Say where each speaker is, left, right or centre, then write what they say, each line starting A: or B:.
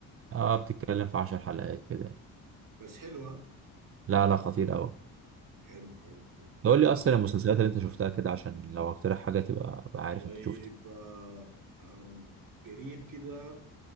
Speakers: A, on the right; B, on the right.
A: اه بتتكلم في عشر حلقات كده يعني.
B: بس حلو ها
A: لا لا خطير قوي
B: حلو حلو حلو
A: قول
B: تمام
A: لي اصلا المسلسلات اللي انت شفتها كده عشان لو اقترح حاجه تبقى ابقى عارف
B: طيب
A: انت شفت
B: آه آم، قريب كده